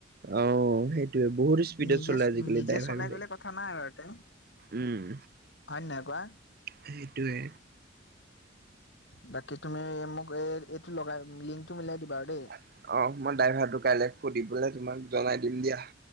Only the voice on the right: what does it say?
অ', সেইটোৱে, বহুত স্পীডত
চলাই আজিকালি
ড্ৰাইভাৰবিলাকে।
উম,
সেইটোৱে।
অ, মই ড্ৰাইভাৰটো কাইলৈ সুধিবলৈ তোমাক জনাই দিম দিয়া।